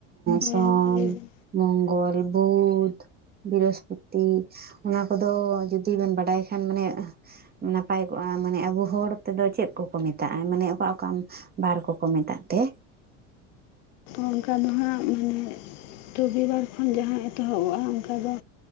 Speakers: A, on the left; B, on the right.
A: ᱦᱳᱭ
B: ᱥᱚᱢ
A: ᱢᱟ ᱞᱟᱹᱭ ᱵᱤᱱ
B: ᱢᱚᱝᱜᱚᱞ, ᱵᱩᱫᱷ, ᱵᱤᱨᱚᱥ ᱯᱩᱛᱤ ᱚᱱᱟ ᱠᱚᱫᱚ ᱡᱩᱫᱤ ᱵᱤᱱ ᱵᱟᱰᱟᱭ ᱠᱷᱟᱱ ᱢᱟᱱᱮ ᱱᱟᱯᱟᱭ ᱠᱚᱜᱼᱟ ᱢᱟᱱᱮ ᱟᱵᱚ ᱦᱚᱲ ᱛᱮᱫᱚ ᱪᱮᱫ ᱠᱚᱠᱚ ᱢᱮᱛᱟᱜᱼᱟ ᱢᱟᱱᱮ ᱚᱠᱟ ᱚᱠᱟ ᱵᱟᱨ ᱠᱚᱠᱚ ᱢᱮᱛᱟᱜ ᱛᱮ
A: ᱚᱱᱠᱟ ᱫᱚ ᱦᱟᱸᱜ ᱢᱟᱱᱮ ᱨᱚᱵᱤᱵᱟᱨ ᱠᱷᱚᱱ ᱡᱟᱦᱟᱸ ᱮᱛᱚᱦᱚᱵᱚᱜᱼᱟ ᱚᱱᱠᱟ ᱫᱚ